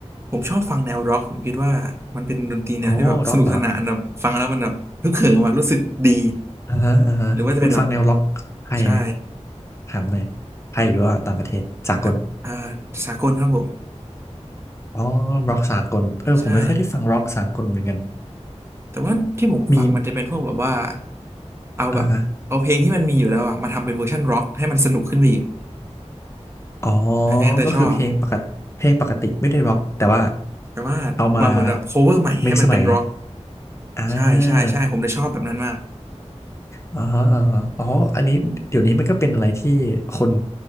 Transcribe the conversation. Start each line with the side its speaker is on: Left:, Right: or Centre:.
Right: ผมชอบฟังแนวร็อกผมคิดว่ามันเป็นดนตรีแนวที่แบบสนุกสนานแบบฟังแล้วมันแบบฮึกเหิมอะรู้สึกดี
Left: โอ้ร็อกเหรออ่าฮะอ่าฮะคุณฟังแนวร็อกไทยไหม
Right: หรือว่าจะเป็นแบบใช่
Left: ถามหน่อยไทยหรือว่าต่างประเทศสากล
Right: ทะอ่าสากลครับผม
Left: อ๋อร็อกสากลเออผมไม่ค่อยได้ฟังร็อกสากลเหมือนกัน
Right: ใช่แต่ว่าที่ผมฟังมันจะเป็นพวกแบบว่า
Left: มี
Right: เอาแบบเอาเพลงที่มันมีอยู่แล้วอะมาทำเป็นเวอร์ชันร็อกให้มันสนุกขึ้นไปอีก
Left: อ่าฮะ อ๋อ
Right: อันอย่างนั้นแต่ชอบ
Left: ก็คือเพลงปกติเพลงปกติไม่ได้ร็อกแต่ว่า
Right: แต่ว่ามาเหมือนแบบโคเวอร์ใหม่ให้มันเป็นร็อก
Left: เอามา mix สมัยอ่า
Right: ใช่ใช่ใช่ผมเลยชอบแบบนั้นมาก
Left: อ๋อฮะออฮะอ๋ออันนี้เดี๋ยวนี้มันก็เป็นอะไรที่คน